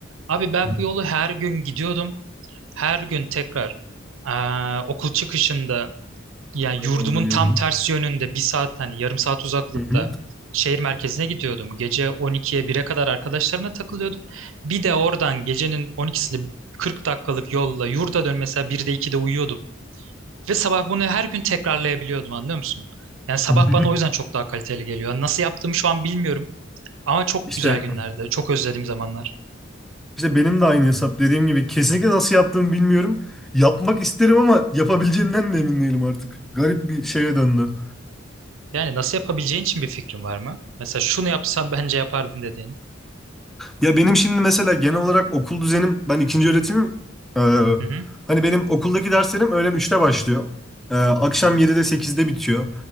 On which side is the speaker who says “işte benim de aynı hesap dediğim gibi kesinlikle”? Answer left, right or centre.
Centre